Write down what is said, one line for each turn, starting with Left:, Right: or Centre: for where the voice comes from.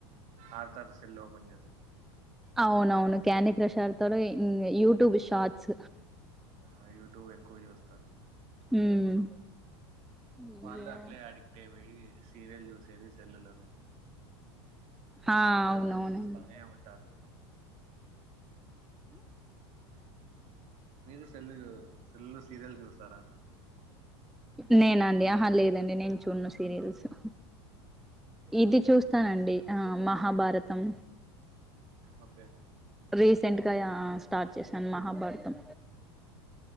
Right: ఆడతారు సెల్ ఓపన్ చేస్
Centre: అవునవును క్యాండీ క్రష్ ఆడుతారు ఇ ఇం యూట్యూబ్ షార్ట్స్
Right: ఆ యూట్యూబ్ ఎక్కువ చూస్తారు
Centre: మ్మ్ అయ్యో
Right: వాళ్ళూ అట్లే అడిక్ట్ ఐపోయి సీరియల్ చూసేదీ సెల్ లోనే
Centre: ఆ
Right: అలానే
Centre: అవునవునండి
Right: చూస్తానే ఉంటారు మీది సెల్లు <inaudible> సెల్లు లో సీరియల్ చూస్తారా ని
Centre: నేనా అండి ఆహా లేదండి నేను చూడను సీరియల్సు ఇది చూస్తానండి ఆ మహాభారతం
Right: ఓకే
Centre: రీసెంట్ గా యా స్టార్ట్ చేశాను మహాభారతం